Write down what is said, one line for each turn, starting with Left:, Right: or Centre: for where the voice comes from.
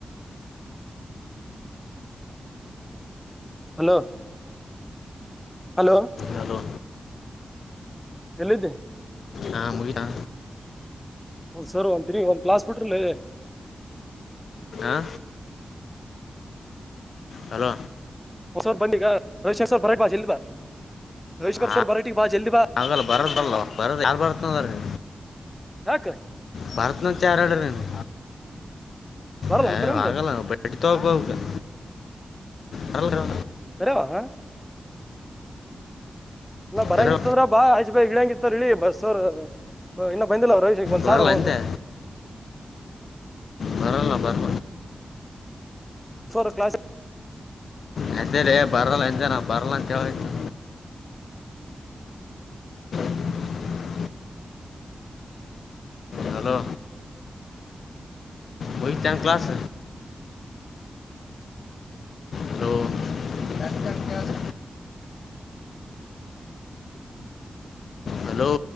Centre: ಹಲೋ. ಹಲೋ
Left: ಹಲೋ
Centre: ಎಲ್ಲಿದ್ಧಿ
Left: ಹಾ ಮುಗಿತಾ.
Centre: ಒಂದ್ ಸರ್ ಒಂದ್ ತಿನಿ ಒಂದ್ ಕ್ಲಾಸ್ ಬಿಟ್ರಲ್ಲ ಹೇಳೀ.
Left: ಹ ಹಲೋ.
Centre: ಹೊಸವರು ಬಂದಿಗ ರವಿಶಂಕ್ಸ್ ಬರ್ ಬ ಜಲ್ದ ಬಾ. ರವಿಶಂಕರ್
Left: ಹ
Centre: ಸರ್ ಬರಟಿಗೆ ಬಾ ಜಲ್ದಿ ಬಾ
Left: ಹಾಗಲ್ಲ ಬರದಲ್ ಬರದು ಯಲ್ ಬರ್ತದೀ
Centre: ಯಾಕ್ಲೆ.
Left: ಭರತ್ನಿಚಾರೆಳ್ದೆ ನೇನು.
Centre: ಬರಲ್ಲ
Left: ಹೆ
Centre: ಅನ್ಕರ ಅಂದ್ರ
Left: ಆಗಲ್ಲ ಬಟ್ಟಿ ತಗೊಬೆಕ. ಬರಲ್ಲ
Centre: ಬರವಾ. ಇಲ್ಲ ಬರಂಗಿತ್ತು
Left: ಕರೆ
Centre: ಅಂದ್ರೆ ಬಾ ಆಯುಶ್ ಬಾಯ್ ಇಳ್ಯಂಗ್ ಇತ್ತು ಅಂದ್ರೆ ಇಳಿ ಬಸ್ಸೊರ್ ಇನ್ನ ಬಂದಿಲ. ಪರಿಶಕ್ ಒಂದ
Left: ಬರಲ್ಲ
Centre: ಸಾವ್ರ ಒ.
Left: ಅಂದೆ ಬರಲ್ಲ ಬರ್ಬ.
Centre: ಫಾರ ಕ್ಲಾಸ್.
Left: ದಿದ್ದೆಲೆ ಬರಲ್ಲ ಎದ್ದೆ ನಾ ಬರಲ್ಲ ಅನ್. <unintelligible> ಹಲೋ. ಮುಗಿತ್ತ್ಯಾನ್ ಕ್ಲಾಸ್ ಹಲೋ ಕಟ್ ಕಟ್ ಕೆಲ್ಸ. ಹಲೋ.